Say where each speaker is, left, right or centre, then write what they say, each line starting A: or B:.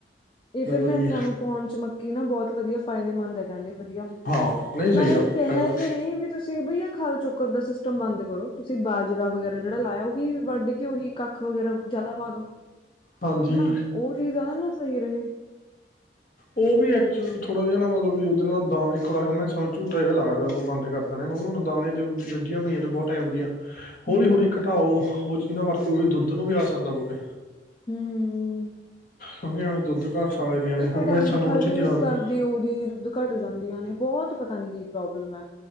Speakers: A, on the left; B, on the left.
A: ਏ
B: ਹਾਂਜੀ
A: ਫਿਰ ਬੈਸਾਂ ਨੂੰ ਪੌਣ ਚ ਮੱਕੀ ਨਾ ਬੋ ਵਧੀਆ ਫਾਇਦੇਮੰਦ ਐ ਕੈਦੇ ਵਧੀਆ ਹੁੰਦੀ
B: ਹਾਂ
A: ਆ
B: ਨਹੀਂ ਸਹੀ
A: ਮੈਂ
B: ਆ
A: ਕਿਹਾ
B: ਫਾਇਦਾ
A: ਘਰੇ ਵੀ ਤੁਸੀਂ ਤੁਸੀਂ ਬਈਆ ਖਾਲ ਚੋੱਕਰ ਦਾ ਸਿਸਟਮ ਬੰਦ ਕਰੋ ਤੁਸੀਂ ਬਾਜਰਾ ਵਗੈਰਾ ਜੇੜਾ ਲਾਇਆ ਓਹੀ ਵੱਢ ਕੇ ਓਹੀ ਕੱਖ ਵਗੈਰਾ ਜਾਦਾ ਪਾ ਦੋ
B: ਹਾਂਜੀ
A: ਹਨਾ ਓ ਚੀਜ਼ ਦਾ ਨਾ ਸਹੀ ਰਹੇ
B: ਓ ਵੀ ਐਕਚਲ ਥੋੜਾ ਜਾ ਨਾ ਮਤਲਬ ਵੀ ਓਦੇ ਨਾਲ ਦਾ ਇੱਕੋ ਲੱਖਤ ਮੈਂਸਾਂ ਨੂੰ ਝੂਟਾ ਜਾ ਲੱਗਦਾ ਆਪਾ ਬੰਦ ਕਰ ਦਨੇ ਆ ਓਨੂੰ ਹੁਣ ਦਾਣੇ ਤੇ ਵੱਝੀਆਂ ਹੋਈਆਂ ਨੇ ਬੋਤ ਟੈਮ ਦੀਆਂ।
A: ਹੂੰ
B: ਹੌਲੀ-ਹੌਲੀ ਘਟਾਓ ਓ ਚੀਜ਼ ਨਾ ਵਰਤ ਕੋ ਵੀ ਦੁੱਧ ਨੂੰ ਵੀ ਆ ਅਸਰ ਨਾ ਪਵੇ।
A: ਹੂੰ
B: ਕਿਉਂਕਿ ਐਵੇਂ ਦੁੱਧ ਘਟ ਸਕਦੀਆਂ ਨੇ
A: ਇੱਕੋ
B: ਹੁਣ
A: ਟਾਈਮ
B: ਮੈਂ
A: ਦੀ
B: ਸਾਨੂੰ
A: ਖਲ
B: ਉਹ
A: ਵੀ
B: ਚੀਜ਼
A: ਮਿਕਿਸ
B: ਦੀ ਆਦਤ
A: ਕਰਦੀ ਓਦੀ ਦੁੱਧ ਘੱਟ ਜਾਂਦੀਆਂ ਨੇ ਬੋਹਤ ਪਤਾ ਨੀ ਕੀ ਪ੍ਰੋਬਲਮ ਐ